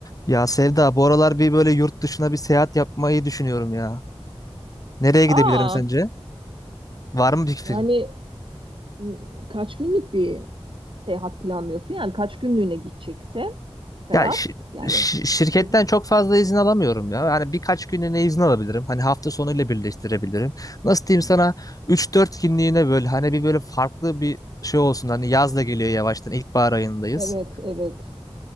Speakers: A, on the left; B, on the right.
A: Ya Sevda, bu aralar bir böyle yurt dışına bir seyahat yapmayı düşünüyorum ya. Nereye
B: Aa,
A: gidebilirim sence? Var mı bir fikrin?
B: Yani m, kaç günlük bir seyahat planlıyorsun? Yani kaç günlüğüne gideceksin Ferhat?
A: Ya şi-
B: Yani
A: şi- şirketten
B: bu-
A: çok fazla izin alamıyorum ya. Hani birkaç günlüğüne izin alabilirim. Hani hafta sonuyla birleştirebilirim. Nasıl diyeyim sana üç dört günlüğüne böyle hani bir böyle farklı bir şey olsun. Hani yaz da geliyor yavaştan. İlkbahar ayındayız.
B: evet evet.